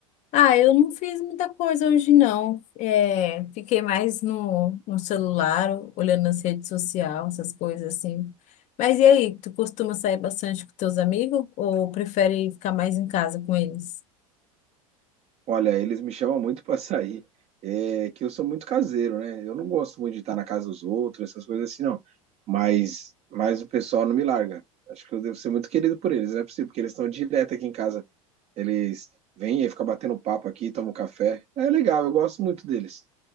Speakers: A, on the left; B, on the right.
A: Ah, eu não fiz muita coisa hoje, não. É, fiquei mais no, no celular, olhando as redes sociais, essas coisas assim. Mas e aí, tu costuma sair bastante com teus amigos ou prefere ficar mais em casa com eles?
B: Olha, eles me chamam muito para sair, é, que eu sou muito caseiro, né? Eu não gosto muito de estar na casa dos outros, essas coisas assim, não. Mas, mas o pessoal não me larga. Acho que eu devo ser muito querido por eles, não é possível, porque eles estão direto aqui em casa. Eles vêm e ficam batendo papo aqui, tomam café. É legal, eu gosto muito deles.